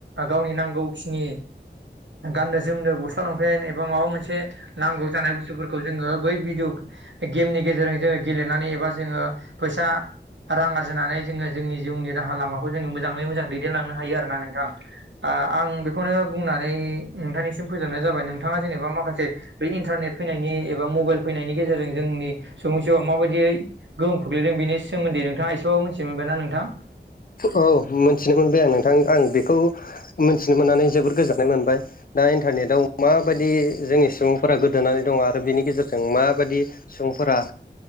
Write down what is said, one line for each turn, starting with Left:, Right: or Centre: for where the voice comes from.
Right: गावनि नांगौखिनि गाननो जोमनो गस्ला लंफेन एबा माबा मोनसे नांगौ जानाय बुस्थुफोरखौ जोङो बै भिडिअ गेमनि गेजेरजों जोङो गेलेनानै एबा जोङो फैसा रां आर जोङो जोंनि जिउनि राहा लामाखौ जोङो मोजाङै मोजां दैदेनलांनो हायो आरोोना नोंथां। बा आं बेखौनो बुंनानै नोंथांनिसिम फोजोबनाय जाबाय। नोंथाङा जेनेबा माखासे बे इन्टारनेट फैनायनि एबा मबाइल फैनायनि गेजेरजों जोंनि सुबुं जिवा माबायदियै गोहोम खोलैदों बिनि सोमोन्दैोंथाङा एसेबाबो मिथि मोनबाय ना नोंथां।
Left: औ मोनथिनो मोनबाय आं नोंथां। आं बेखौ मिथिनो मोननानै जोबोद गोजोननाय मोनबाय। दा इन्टारनेटआव माबायदि जोंनि सुबुंफोरा गोदोनानै दङ आरो बेनि गेजेरजों माबायदि सुबुंफोरा।